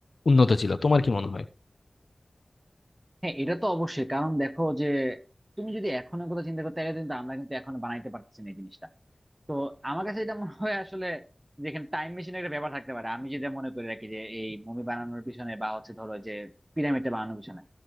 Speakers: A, on the left; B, on the right.
A: উন্নত ছিল তোমার কি মনে হয়
B: হ্যাঁ এটা তো অবশ্যই কারণ দেখো যে তুমি যদি এখন কথা চিন্তা করতে গেলে কিন্তু আমরা কিন্তু এখন বানাইতে পারতেছি না এই জিনিসটা তো আমার কাছে এটা মনে হয় আসলে যেখানে টাইম মেশিনের একটা ব্যাপার থাকতে পারে আমি যেটা মনে করে রাখি যে এই মুভি বানানোর পিছনে বা হচ্ছে ধরো যে পিরামিডটা বানানোর পিছনে